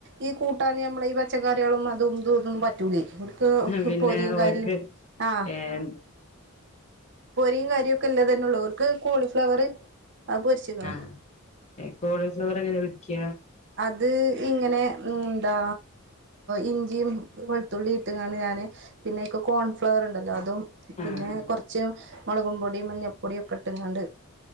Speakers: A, on the right (about 55°); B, on the left (about 30°).
A: ഈ കൂട്ടാനും നമ്മള് ഈ പച്ചക്കറികളും അത്- അതും ഇതും ഒന്നും പറ്റൂലേ
B: പിന്നെ
A: പൊരിയും
B: ഓർക്ക്
A: കരിയും ആ
B: എയാ-
A: പൊരിയും കരിം ഒക്കെ ഇല്ലത് ന്നെള്ളൂർക്ക് കോളിഫ്ലവർ അത് പൊരി ചേക്കണു
B: ആഹ് കോളിഫ്ലവർ എങ്ങനെ വെക്ക
A: അത് ഇങ്ങനെ എന്താ ഇഞ്ചിയും വെളുത്തുള്ളി ഇട്ട് കണ്ട് ഞാൻ പിന്നെ യിക് കോൺഫ്ലവർ ഉണ്ടല്ലോ അതും പിന്നെ
B: ആഹ്
A: കൊറച്ച് മൊളകും പൊടി മഞ്ഞപ്പൊടി ഒക്കെഇട്ട്കാണ്ട്